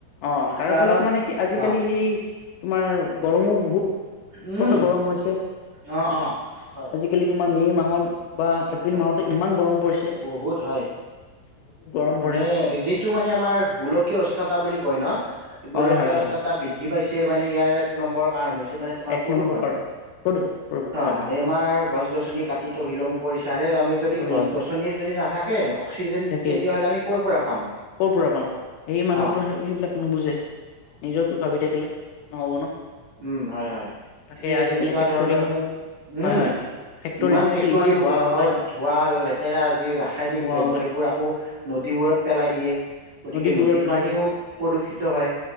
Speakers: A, on the left (about 75°); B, on the right (about 45°).
A: অহ' তাৰ
B: কাৰণ
A: ফলত মানে কি আজিকালি
B: অ
A: সেই- তোমাৰ গৰমো বহুত- উৎকত
B: উমঁ'
A: গৰম হৈছে
B: অঁ' অঁ'।
A: আজিকালি তোমাৰ মে মাহত বা এপ্ৰিল
B: হয়
A: মাহতে ইমান গৰম পৰিছে।
B: বহুত হয়
A: বহুত গৰম
B: মানে
A: পৰে
B: যিটো মানে আমাৰ গোলকীয় উষ্ণতা বুলি কয় ন' গোলকীয়
A: হয় হয়
B: উষ্ণতা
A: হয়
B: বৃদ্ধি পাইছে মানে ইয়াৰ এক নম্বৰৰ কাৰণ হৈছে মানে তোমাৰ
A: এক
B: প্ৰদূৰষণ
A: নম্বৰ কাৰণ প্ৰদূষণ প্ৰদূষণ
B: অঁ'
A: হয় হয়
B: এই আমাৰ গছ-গছনি কাটি তহিলং কৰিছে আৰে আমি যদি
A: অবিলং
B: গছ-গছনিয়ে
A: কৰিছে
B: যদি নাথাকে অক্সিজেন
A: তাকেই
B: তেতিয়াহ'লে
A: ক'ৰ
B: আমি পৰা পাম
A: পৰা পাম সেই মানুহটো
B: অ
A: সেই সেইবিলাক নুবুজে। নিজৰটো ভাবি থাকিলে নহ'ব ন।
B: উমঁ' হয় হয়,
A: তাকে
B: গতিকে
A: আজিকালি
B: তেনেকুৱা
A: ফেক্টৰীসমূহ
B: ধৰণৰ উমঁ'।
A: হয় হয় ফেক্টৰীসমূহতো
B: ইমান ফেক্টৰীবোৰ
A: ধোঁৱা ওলাই
B: অ ধোঁৱা, লেতেৰা যি ৰাসায়নিক
A: ধোঁৱা
B: দ্ৰব্য
A: ওলাই
B: সেইবোৰ আকৌ নদীবোৰত পেলাই দিয়ে। গতিকে
A: নদীবোৰত
B: নদীৰ
A: পেলাই
B: পানীও
A: দিয়ে
B: প্ৰদূষিত হয়